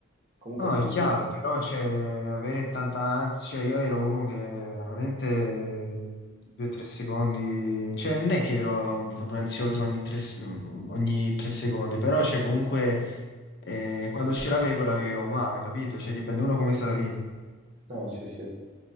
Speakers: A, on the right (about 35°); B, on the left (about 55°).
A: Comunque
B: No,
A: sì,
B: è chiaro,
A: io-
B: però cioè, avere tanta ansia, cioè, io ero uno che veramente due o tre secondi, cioè non è che ero proprio ansioso ogni tre, s- ogni tre secondi, però cioè, comunque eh, quando ce l'avevo la vivevo male, capito? Cioè dipende uno come se la vive.
A: No, sì, sì.